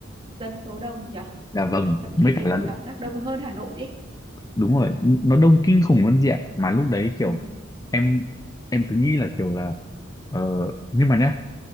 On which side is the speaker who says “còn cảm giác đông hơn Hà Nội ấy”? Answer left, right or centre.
Right